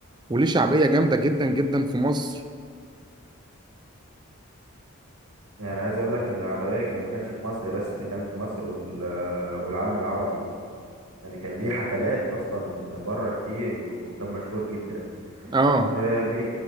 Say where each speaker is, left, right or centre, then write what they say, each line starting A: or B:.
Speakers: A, on the right; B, on the right.
A: وليه شعبية جامدة جدا جدا في مصر
B: يعني عايز اقول لك ان عدوية كان- ما كانش في مصر بس ده كان في مصر وال- والعالم العربي يعني كان ليه حفلات اصلا بره كتير وكان مشهور جدا
A: اه
B: آه، بج-